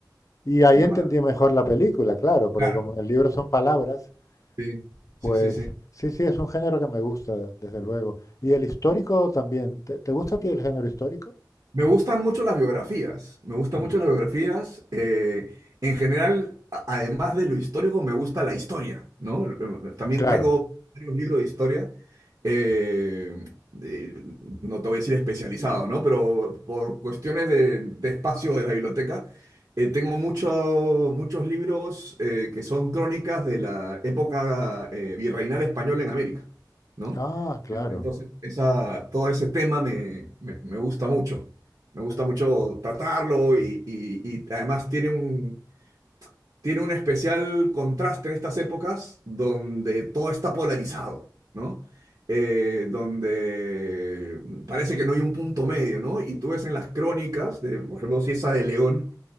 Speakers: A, on the left (about 45°); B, on the right (about 55°).
A: y ahí
B: una
A: entendí
B: mala.
A: mejor la película, claro, porque
B: Claro,
A: como en el libro son palabras.
B: sí, sí,
A: Pues
B: sí, sí.
A: sí, sí, es un género que me gusta, desde luego. Y el histórico también. ¿Te, te gusta a ti el género histórico?
B: Me gustan mucho las biografías, me gustan
A: Mm,
B: mucho las biografías. eh, en general, a- además de lo histórico, me gusta la historia, ¿no? Eh, También
A: Claro.
B: tengo varios libros de historia, eh, eh, no te voy a decir especializado, ¿no? Pero por cuestiones de, de espacio de la biblioteca, eh, tengo mucho- muchos libros eh, que son crónicas de la época eh, virreinal española en América, ¿no?
A: Ah, claro.
B: Entonces, esa, todo ese tema me me- me gusta mucho. Me gusta mucho tratarlo y, y- y además tiene un, tiene un especial contraste en estas épocas donde todo está polarizado, ¿no? Eh, donde parece que no hay un punto medio, ¿no? Y tú ves en las crónicas, de, por ejemplo, si esa de León,